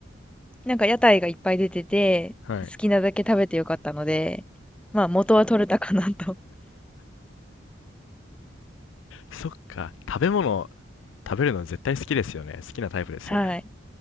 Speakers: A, in the centre; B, on the left.
A: なんか屋台がいっぱい出てて、
B: はい。
A: 好きなだけ食べてよかったので、まあ元は取れたかなと。
B: そっか。食べ物、食べるの絶対好きですよね。好きなタイプですよね。
A: <laughs> はい。